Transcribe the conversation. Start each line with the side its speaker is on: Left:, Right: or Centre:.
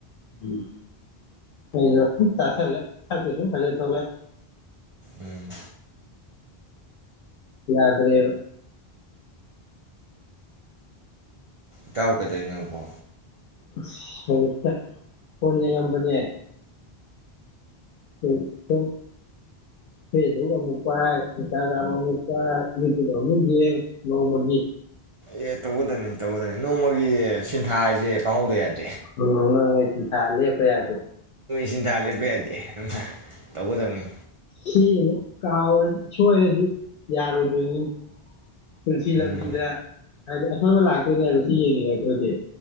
Left: ꯎꯝ ꯍꯦꯟꯅ ꯁꯨꯝ ꯆꯥꯁꯤꯜꯂꯦ ꯁꯛꯇꯤ ꯁꯨꯝ ꯐꯖꯊꯣꯛꯂꯛꯑꯦ
Right: ꯎꯝ
Left: ꯌꯥꯗ꯭ꯔꯦꯕ
Right: ꯏꯇꯥꯎ ꯀꯩꯗꯣꯢꯅꯣ ꯕꯣ
Left: ꯑꯁ ꯍꯩꯅꯤꯡꯇꯦ ꯐꯣꯟ ꯌꯦꯡꯉꯝꯕꯅꯦ ꯐꯣꯟ ꯁꯨꯝ ꯐꯦꯁꯕꯨꯛ ꯑꯃꯨꯛ ꯄꯥꯏ ꯏꯟꯁꯇꯥꯒ꯭ꯔꯝ ꯑꯃꯨꯛ ꯄꯥꯏ ꯌꯨ ꯇ꯭ꯌꯨꯞ ꯑꯃꯨꯛ ꯌꯦꯡ ꯅꯣꯡꯃꯒꯤ
Right: ꯑꯦ ꯇꯧꯒꯗꯕꯅꯤ ꯇꯧꯒꯗꯕꯅꯤ ꯅꯣꯡꯃꯒꯤ ꯁꯤꯟ ꯊꯥꯖꯦ ꯄꯥꯍꯧꯗ ꯌꯥꯗꯦ
Left: ꯎꯝ ꯅꯣꯡꯃꯩ ꯁꯤꯟꯊꯥ ꯂꯦꯄ ꯌꯥꯗꯦ
Right: ꯁꯤꯟꯊꯥ ꯂꯦꯞꯄ ꯌꯥꯗꯦ ꯑꯗꯨꯅ ꯇꯧꯒꯗꯕꯅꯤ
Left: ꯁꯤꯅꯤꯅꯦ ꯀꯥꯎꯔꯗꯤ ꯁꯣꯏꯔꯗꯤ ꯌꯥꯔꯣꯢꯗꯨꯏꯅꯤꯅꯦ ꯄꯨꯟꯁꯤ ꯂꯝꯕꯤꯗ
Right: ꯎꯝ
Left: ꯍꯥꯏꯗꯤ ꯑꯁꯣꯏꯕ ꯂꯥꯛ ꯀꯩꯅꯔꯁꯤ ꯌꯦꯉꯤ ꯅꯪ ꯑꯗꯨꯗꯤ